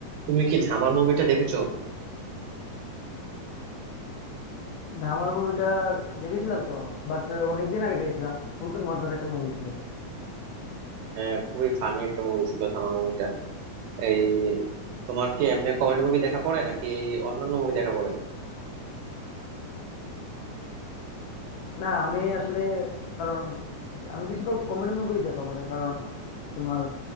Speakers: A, on the right; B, on the left.
A: তুমি কি ধামাল মুভিটা দেখেছো
B: ধামাল মুভিটা দেখেছিলাম তো বাট অনেকদিন আগে দেখেছিলাম খুবই মজার একটা মুভি ছিল
A: হ্যাঁ খুবই ফানি একটা মুভি ছিল ধামাল মুভিটা এই তোমার কি এমনি কমেডি মুভি দেখা পড়ে নাকি অন্যান্য মুভি দেখা পড়ে
B: না আমি আসলে কারণ আমি বেশিরভাগ কমেডি মুভি দেখা পড়ে কারণ তোমার